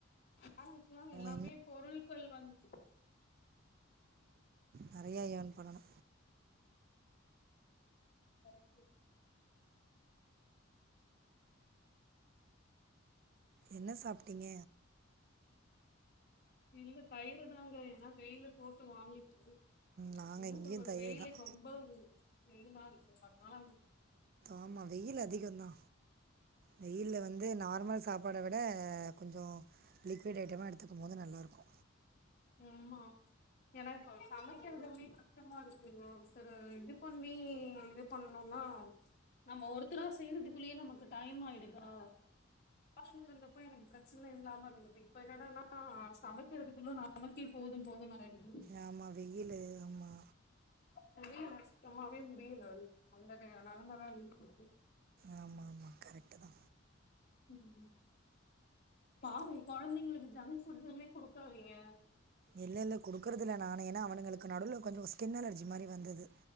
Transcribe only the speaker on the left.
பண்ண <unintelligible>
எல்லாமே பொருட்கள் வந்து
கரெக்ட்டு
இல்ல தயிரு தாங்க ஏன்னா வெயிலு போட்டு வாங்கிட்டு
என்ன
சொல்றது
வெயிலு
ரொம்ப வெயிலா இருக்கு அதனால
ஆமா எனக்கு சமைக்குரதுமே கஷ்டமா இருக்குங்க ஒருத்தர இது பண்ணி இது பண்ணுனா நம்ம ஒருத்தரா செய்யறதுக்குள்ளயே நமக்கு டைம் ஆயிடுதா ஆளுங்க இருந்தப்ப எனக்கு பிரச்சன இல்லாம இருந்தது இப்ப என்னடன்னா சமைக்கிறதுக்கு நமக்கே போது போது ஆயிடுது
முடியல சுத்தமாவே முடியல வந்து அந்தடைய நலமதா இருக்கு
ம் பாரு கொழந்தைங்களுக்கு ஜங்க் ஃபுட்ஸ்மே குடுக்காதீங்க